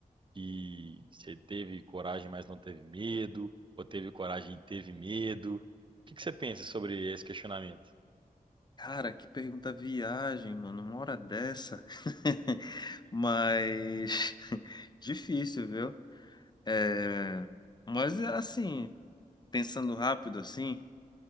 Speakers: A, on the right; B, on the left.
A: que você teve coragem, mas não teve medo, ou teve coragem e teve medo? O que que você pensa sobre esse questionamento?
B: Cara, que pergunta viagem, mano, uma hora dessa. <laughs> Mas <laughs> difícil, viu? É... Mas é assim, pensando rápido assim,